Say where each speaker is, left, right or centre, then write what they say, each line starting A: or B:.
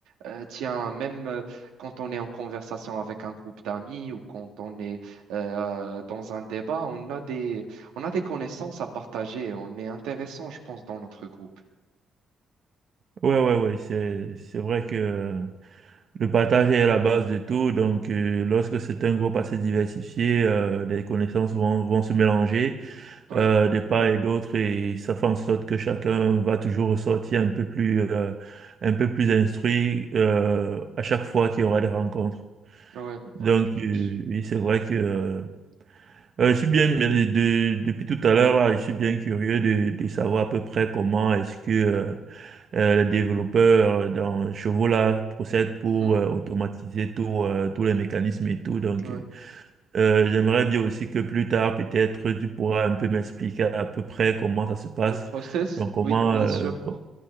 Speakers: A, on the right; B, on the right.
A: Euh, tiens, même euh, quand on est en conversation avec un groupe d'amis ou quand on est euh, dans un débat, on a des, on a des connaissances à partager. On est intéressant, je pense, dans notre groupe.
B: Ouais, ouais, ouais, c'est, c'est vrai que euh, le partage est la base de tout. Donc, euh, lorsque c'est un groupe assez diversifié, euh, les connaissances vont, vont se mélanger.
A: Ouais,
B: euh, de part et d'autre et ça fait en sorte que chacun va toujours ressortir un peu plus, euh, un peu plus instruit euh, à chaque fois qu'il y aura des rencontres.
A: ouais,
B: Donc,
A: ouais.
B: euh,
A: c'est sûr.
B: oui, c'est vrai que euh, euh, je suis bien, de- de- depuis tout à l'heure, là, je suis bien curieux de, de savoir à peu près comment est-ce que euh, euh, les développeurs dans Chevaux là procèdent pour
A: Mhm,
B: euh, automatiser tout, euh, tous les mécanismes et tout. Donc,
A: ouais.
B: euh, euh, j'aimerais bien aussi que plus tard, peut-être, tu pourras un peu m'expliquer à peu près comment ça se passe,
A: Le process,
B: donc comment,
A: oui, bien
B: euh,
A: sûr.
B: co-